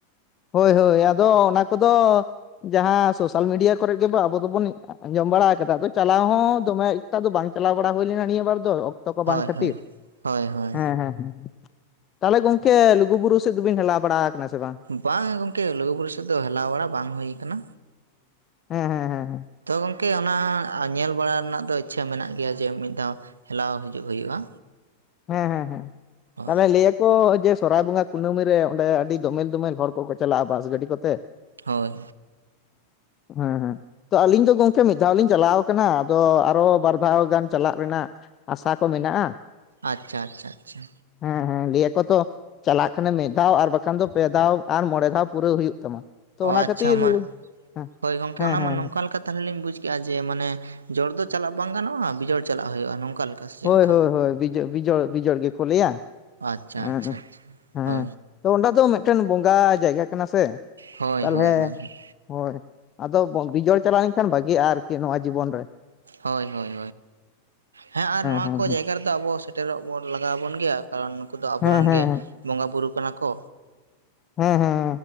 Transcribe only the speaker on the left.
ᱦᱳᱭ ᱦᱳᱭ ᱟᱫᱚ ᱚᱱᱟ ᱠᱚᱫᱚ ᱡᱟᱦᱟᱸ ᱥᱳᱥᱟᱞ ᱢᱤᱰᱤᱭᱟ ᱠᱚᱨᱮ ᱜᱮᱵᱚ ᱟᱵᱚ ᱫᱚᱵᱚᱱ ᱟᱸᱡᱚᱢ ᱵᱟᱲᱟ ᱟᱠᱟᱫᱟ ᱟᱫᱚ ᱪᱟᱞᱟᱣ ᱦᱚᱸ ᱫᱚᱢᱮ ᱮᱠᱴᱟ ᱫᱚ ᱵᱟᱝ ᱪᱟᱞᱟᱣ ᱵᱟᱲᱟ ᱦᱩᱭ ᱞᱮᱱᱟ ᱱᱤᱭᱟᱹ ᱵᱟᱨ ᱫᱚ ᱛᱚ ᱠᱚ
ᱵᱟᱝ ᱠᱷᱟᱹᱛᱤᱨ
ᱦᱮᱸ ᱦᱮᱸ ᱛᱟᱦᱚᱞᱮ ᱜᱚᱝᱠᱮ ᱞᱩᱜᱩ ᱵᱩᱨᱩ ᱥᱮᱫ ᱫᱚᱵᱤᱱ ᱦᱮᱞᱟᱣ ᱵᱟᱲᱟ ᱠᱟᱱᱟ ᱥᱮ ᱵᱟᱝ
ᱦᱮᱸ ᱦᱮᱸ ᱦᱮᱸ ᱦᱮᱸ
ᱦᱮᱸ ᱦᱮᱸ ᱦᱮᱸ
ᱛᱟᱦᱚᱞᱮ ᱞᱟᱹᱭ ᱠᱚ ᱡᱮ ᱥᱚᱨᱟᱭ ᱵᱚᱸᱜᱟ ᱠᱩᱱᱟᱹᱢᱤ ᱨᱮ ᱚᱸᱰᱮ ᱟᱹᱰᱤ ᱫᱚᱢᱮᱞ ᱫᱚᱢᱮᱞ ᱦᱚᱲ ᱠᱚᱠᱚ ᱪᱟᱞᱟᱜᱼᱟ ᱵᱟᱥ ᱜᱟᱹᱰᱤ ᱠᱚᱛᱮ
ᱦᱮᱸ ᱦᱮᱸ ᱛᱚ ᱟᱞᱤᱧ ᱫᱚ ᱜᱚᱝᱠᱮ ᱢᱤᱫ ᱫᱷᱟᱣ ᱞᱤᱧ ᱪᱟᱞᱟᱣ ᱟᱠᱟᱱᱟ ᱟᱫᱚ ᱟᱨᱚ ᱵᱟᱨ ᱫᱷᱟᱣ ᱜᱟᱱ ᱪᱟᱞᱟᱜ ᱨᱮᱱᱟᱜ ᱟᱥᱟ ᱠᱚ ᱢᱮᱱᱟᱜᱼᱟ
ᱦᱮᱸ ᱦᱮᱸ ᱜᱮᱭᱟ ᱠᱚ ᱛᱚ ᱪᱟᱞᱟᱜ ᱠᱟᱱᱮᱢ ᱢᱤᱫ ᱫᱷᱟᱣ ᱟᱨ ᱵᱟᱠᱷᱟᱱ ᱫᱚ ᱯᱮ ᱫᱷᱟᱣ ᱟᱨ ᱢᱚᱬᱮ ᱫᱷᱟᱣ ᱯᱩᱨᱟᱹ ᱦᱩᱭᱩᱜ ᱛᱟᱢᱟ ᱛᱚ
ᱚᱱᱟ
ᱠᱷᱟᱹᱛᱤᱨ
ᱦᱮᱸ
ᱦᱮᱸ
ᱦᱮᱸ
ᱦᱳᱭ
ᱦᱳᱭ ᱦᱳᱭ ᱵᱤᱡᱚ ᱵᱤᱡᱚᱲ ᱵᱤᱡᱳᱚᱲ ᱜᱮᱠᱚ ᱞᱟᱹᱭᱟ
ᱦ
ᱦᱮᱸ ᱛᱚ ᱚᱸᱰᱮ ᱫᱚ ᱢᱤᱫᱴᱮᱱ ᱵᱚᱸᱜᱟ ᱡᱟᱭᱜᱟ ᱠᱟᱱᱟ ᱥᱮ
ᱛᱟᱦᱚᱞᱮ
ᱦᱳᱭ ᱟᱫᱚ ᱵᱤᱡᱳᱚᱲ ᱪᱟᱞᱟᱣ ᱞᱮᱱ ᱠᱷᱟᱱ ᱵᱷᱟᱜᱤᱜᱼᱟ ᱟᱨᱠᱤ ᱱᱚᱣᱟ ᱡᱤᱵᱚᱱ ᱨᱮ
ᱦᱮᱸ
ᱦᱮᱸ
ᱦᱮᱸ
ᱦᱮᱸ
ᱦᱮᱸ ᱦᱮᱸ